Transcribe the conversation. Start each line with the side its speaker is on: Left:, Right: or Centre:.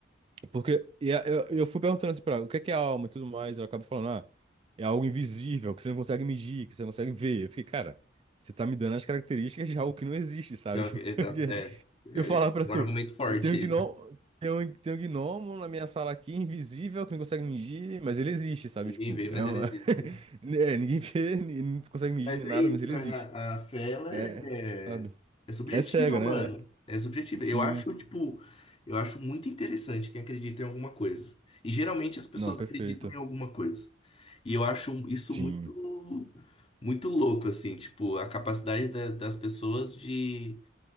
Right: Porque e a- eu, eu fui perguntando assim pra ela, o que é que é alma e tudo mais, ela acaba falando, ah, é algo invisível, que você não consegue medir, que você não consegue ver. Eu fiquei, cara, você tá me dando as características de algo que não existe, sabe?
Left: Pior
Right: <laughs>
Left: que- Exato,
Right: Porque
Left: é. É
Right: eu falar pra
Left: um
Right: tu,
Left: argumento forte
Right: eu tenho
Left: <laughs> aí.
Right: gnomo, tem tenho tem um gnomo na minha sala aqui, invisível, que não consegue medir, mas ele existe, sabe?
Left: Ninguém
Right: Tipo,
Left: vê, mas
Right: é uma...
Left: ele existe.
Right: <laughs> é, ninguém vê, ni- não consegue medir
Left: Mas
Right: nem
Left: é
Right: nada,
Left: isso,
Right: mas ele
Left: né?
Right: existe.
Left: a, a fé, ela
Right: É,
Left: é, é,
Right: sabe?
Left: é subjetiva,
Right: É cega,
Left: mano.
Right: né?
Left: É subjetiva.
Right: Sim.
Left: Eu acho, tipo, eu acho muito interessante quem acredita em alguma coisa. E geralmente as pessoas
Right: Não, perfeito.
Left: acreditam em alguma coisa. E eu acho isso
Right: Sim.
Left: muito, muito louco, assim, tipo, a capacidade da- das pessoas de